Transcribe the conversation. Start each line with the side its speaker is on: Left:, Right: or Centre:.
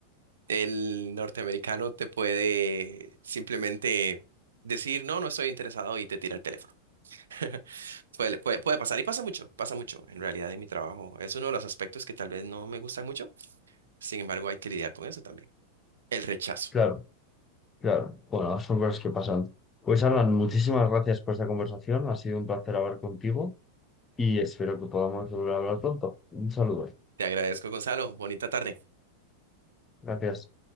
Right: El norteamericano te puede simplemente decir, no, no estoy interesado y te tira el teléfono. <laughs> Puede, puede, puede pasar y pasa mucho, pasa mucho en realidad en mi trabajo. Es uno de los aspectos que tal vez no me gustan mucho Sin embargo, hay que lidiar con eso también. El rechazo.
Left: Claro, claro. Bueno, son cosas que pasan. Pues Alan, muchísimas gracias por esta conversación. Ha sido un placer hablar contigo y espero que podamos volver a hablar pronto. Un saludo.
Right: Te agradezco, Gonzalo. Bonita tarde.
Left: Gracias.